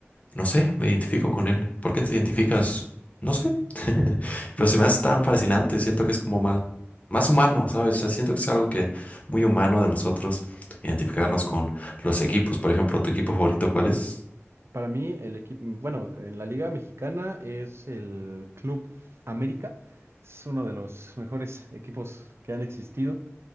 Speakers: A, on the left; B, on the right.
A: no sé, me identifico con él. ¿Por qué te identificas? No sé. <laughs>
B: <laughs>
A: Pero se me hace tan fascinante. Siento que es como más, más humano, ¿sabes? O sea, siento que es algo que muy humano de nosotros identificarnos con los equipos. Por ejemplo, ¿tu equipo favorito cuál es?
B: Para mí, el equipo, bueno, en la Liga Mexicana es el Club América, es uno de los mejores equipos que han existido.